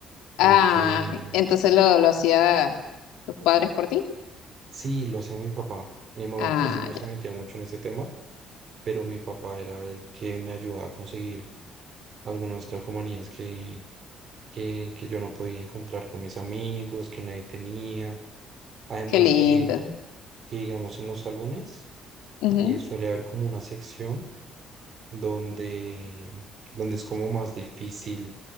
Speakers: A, on the right; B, on the left.
A: Como
B: Ah,
A: que
B: entonces lo, lo hacía tus padres por ti.
A: sí, lo hacía mi papá. Mi mamá
B: Ah,
A: casi no se
B: ya,
A: metía mucho en ese tema, pero mi papá era el que me ayudaba a conseguir algunas calcomanías que, que, que yo no podía encontrar con mis amigos, que nadie tenía. Además
B: qué lindo.
A: que, que, digamos, en los álbumes
B: Ujú,
A: eh, suele haber como una sección donde, donde es como más difícil